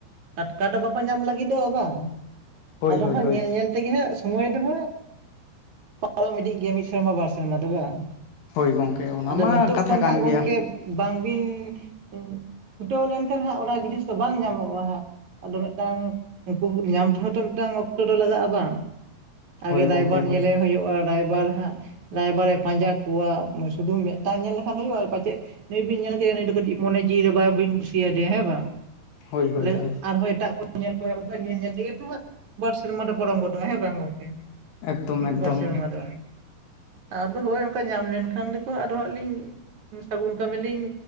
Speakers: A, on the right; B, on the left.
A: ᱴᱟᱴᱠᱟ ᱫᱚ ᱵᱟᱠᱚ ᱧᱟᱢ ᱞᱟᱹᱜᱤᱫᱚᱜ-ᱟ ᱵᱟᱝ
B: ᱦᱳᱭ
A: ᱟᱫᱚ
B: ᱦᱳᱭ
A: ᱦᱟᱸᱜ
B: ᱦᱳᱭ
A: ᱧᱮᱞ ᱧᱮᱞ ᱛᱮᱜᱮ ᱦᱟᱸᱜ ᱥᱚᱢᱚᱭ ᱫᱚ ᱦᱟᱸᱜ ᱯᱟᱨᱚᱢ ᱤᱫᱤᱡ ᱜᱮᱭᱟ ᱢᱤᱫ ᱥᱮᱨᱢᱟ ᱵᱟᱨ ᱥᱮᱨᱢᱟ ᱫᱚ ᱵᱟᱝ
B: ᱦᱳᱭ ᱜᱚᱝᱠᱮ ᱚᱱᱟ
A: ᱟᱫᱚ
B: ᱢᱟ
A: ᱱᱤᱛᱚᱜ
B: ᱠᱟᱛᱷᱟ
A: ᱠᱷᱚᱱ
B: ᱠᱟᱱ
A: ᱦᱟᱸᱜ ᱜᱚᱝᱠᱮ
B: ᱜᱮᱭᱟ
A: ᱵᱟᱝᱵᱤᱱ ᱩᱸᱜ ᱪᱷᱩᱴᱟᱹᱣ ᱞᱮᱱᱠᱷᱟᱱ ᱦᱟᱸᱜ ᱚᱱᱟ ᱡᱤᱱᱤᱥ ᱫᱚ ᱵᱟᱝ ᱧᱟᱢᱚᱜ-ᱟ ᱦᱟᱸᱜ ᱟᱫᱚ ᱢᱤᱫᱴᱟᱝ ᱩᱝᱠᱩ ᱦᱩᱸ ᱧᱟᱢ ᱛᱮᱦᱚᱸ ᱛᱚ ᱢᱤᱫᱴᱟᱝ ᱚᱠᱛᱚ ᱫᱚ ᱞᱟᱜᱟᱜ-ᱟ ᱵᱟᱝ ᱟᱜᱮ
B: ᱦᱳᱭ
A: ᱨᱟᱭᱵᱟᱨ
B: ᱜᱚᱝᱠᱮ ᱦᱳᱭ
A: ᱧᱮᱞᱮ ᱦᱩᱭᱩᱜ-ᱟ ᱨᱟᱭᱵᱟᱨ ᱦᱟᱸᱜ ᱨᱟᱭᱵᱟᱨᱮ ᱯᱟᱸᱡᱟ ᱠᱚᱣᱟ ᱩᱸ ᱥᱩᱫᱩ ᱢᱤᱫᱴᱟᱝ ᱧᱮᱞ ᱞᱮᱠᱷᱟᱱ ᱦᱩᱭᱩᱜ-ᱟ ᱯᱟᱪᱮᱜ ᱱᱩᱭ ᱵᱤᱱ ᱧᱮᱞ ᱠᱮᱫᱮᱭᱟ ᱱᱩᱭ ᱫᱚ ᱠᱟᱹᱴᱤᱡ ᱢᱚᱱᱮ ᱡᱤᱣᱤ ᱨᱮ ᱵᱟᱝ ᱵᱤᱱ ᱠᱩᱥᱤᱭᱟᱭ ᱫᱮᱭᱟ ᱦᱮᱸ ᱵᱟᱝ
B: ᱦᱳᱭ ᱦᱳᱭ
A: ᱛᱟᱦᱞᱮ
B: ᱦᱳᱭ
A: ᱟᱨᱦᱚ ᱮᱴᱟᱜ ᱠᱚ ᱧᱮᱞ ᱠᱚ ᱦᱩᱭᱩᱜ-ᱟ ᱚᱝᱠᱟ ᱧᱮᱞ ᱧᱮᱞ ᱛᱮᱜᱮ ᱛᱚ ᱦᱟᱸᱜ ᱵᱟᱨ ᱥᱮᱨᱢᱟ ᱫᱚ ᱯᱟᱨᱚᱢ ᱜᱚᱫᱚᱜ- ᱟ ᱦᱮᱸ ᱵᱟᱝ ᱜᱚᱝᱠᱮ
B: ᱮᱠᱫᱚᱢ
A: ᱢᱤᱫ
B: ᱮᱠᱫᱚᱢ
A: ᱵᱟᱨ ᱥᱮᱨᱢᱟ ᱫᱚ ᱟᱫᱚ ᱦᱳᱭ ᱚᱝᱠᱟ ᱧᱟᱢ ᱞᱮᱱᱠᱷᱟᱱ ᱫᱚᱠᱚ ᱟᱫᱚ ᱦᱟᱸᱜ ᱞᱤᱧ ᱥᱟᱹᱜᱩᱱ ᱠᱟᱹᱢᱤ ᱞᱤᱧ